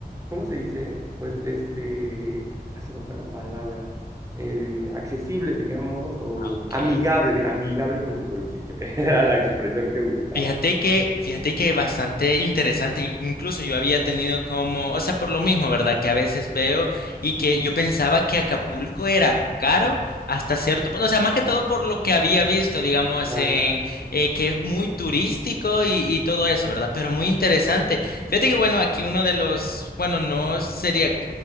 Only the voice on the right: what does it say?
¿cómo se dice? Pues, este, ay, se me fue la palabra. eh, accesible, digamos, o
amigable, amigable con tu bolsillo. <laughs> Era la expresión que buscaba.
Ajá,